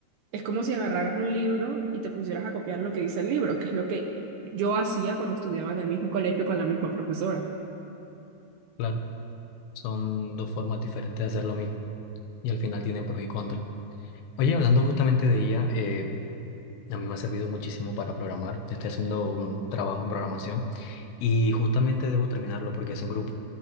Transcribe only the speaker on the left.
Claro, son dos formas diferentes de hacer lo mismo y al final tienen pros y contras. Oye, hablando justamente de IA, eh, a mí me ha servido muchísimo para programar. Estoy haciendo un trabajo en programación Y justamente debo terminarlo porque es en grupo.